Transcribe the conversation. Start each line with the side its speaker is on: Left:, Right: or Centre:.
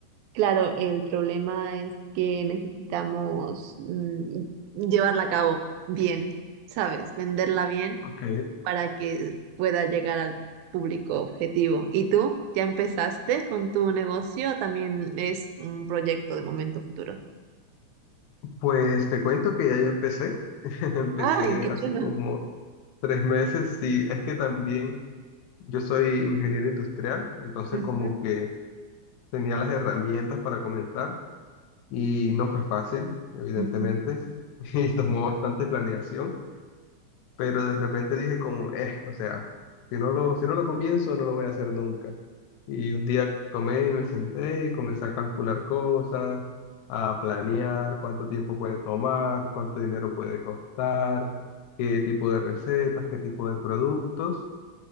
Right: claro, el problema es que necesitamos mm, llevarla a cabo bien, ¿sabes? Venderla bien
Left: Ok,
Right: para que pueda llegar al público objetivo. ¿Y tú? ¿Ya empezaste con tu negocio o también es un proyecto de momento futuro?
Left: pues te cuento que ya yo empecé, <laughs> empecé
Right: Ay, qué
Left: hace
Right: chulo.
Left: como tres meses, sí, es que también yo soy ingeniero industrial, entonces
Right: Ujú,
Left: como que tenía las herramientas para comenzar y no fue fácil, evidentemente,
Right: ujú.
Left: <laughs> y tomó bastante planeación, pero de repente dije como, eh, o sea, si no lo, si no lo comienzo, no lo voy a hacer nunca. Y un día tomé y me senté y comencé a calcular cosas, a planear cuánto tiempo puede tomar, cuánto dinero puede costar, qué tipo de recetas, qué tipo de productos.